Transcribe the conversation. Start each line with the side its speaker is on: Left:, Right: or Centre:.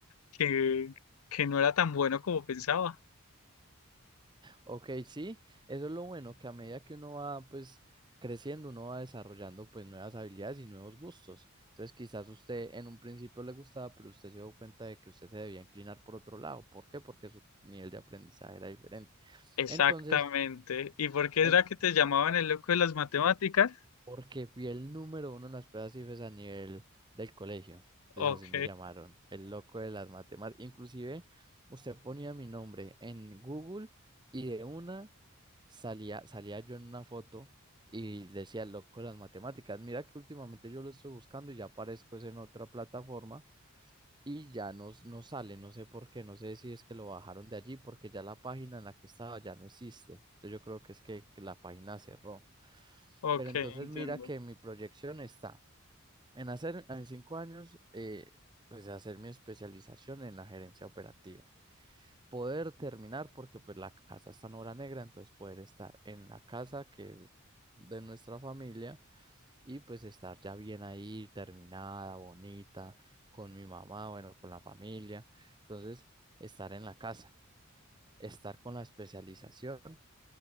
Left: que, que no era tan bueno como pensaba.
Right: Ok, sí, eso es lo bueno, que a medida que uno va pues creciendo, uno va desarrollando pues nuevas habilidades y nuevos gustos. Entonces quizás usted en un principio le gustaba, pero usted se dio cuenta de que usted se debía inclinar por otro lado. ¿Por qué? Porque su nivel de aprendizaje era diferente.
Left: Exactamente.
Right: Entonces,
Left: ¿Y por qué era
Right: en-
Left: que te llamaban el loco de las matemáticas?
Right: Porque fui el número uno en las pruebas IFES a nivel del colegio. Entonces
Left: Ok,
Right: así me llamaron, el loco de las matemáticas. Inclusive usted ponía mi nombre en Google y de una salía, salía yo en una foto y decía el loco de las matemáticas. Mira que últimamente yo lo estoy buscando y ya aparezco es en otra plataforma y ya no, no sale, no sé por qué, no sé si es que lo bajaron de allí, porque ya la página en la que estaba ya no existe. Entonces yo creo que es que la página cerró.
Left: ok,
Right: Pero entonces
Left: entiendo,
Right: mira que mi proyección está en hacer en cinco años, eh, pues hacer mi especialización en la gerencia operativa. Poder terminar, porque pues la casa está en obra negra, entonces poder estar en la casa que es de nuestra familia y pues estar ya bien ahí, terminada, bonita, con mi mamá, bueno, con la familia. Entonces, estar en la casa, estar con la especialización,